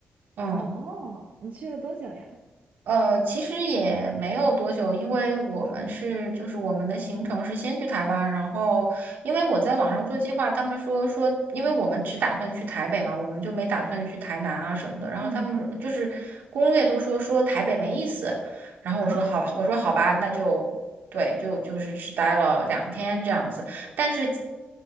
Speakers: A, on the right; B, on the right.
A: 嗯，
B: 哦，你去了多久呀？
A: 呃，其实也没有多久，因为我们是就是我们的行程是先去台湾，然后因为我在网上做计划，他们说说，因为我们只打算去台北嘛，我们就没打算去台南啊什么的，然后他们就是攻略都说说台北没意思，
B: 嗯，
A: 然后我说好，
B: 啊，
A: 我说好吧，那就对，就就是只待了两天这样子，但是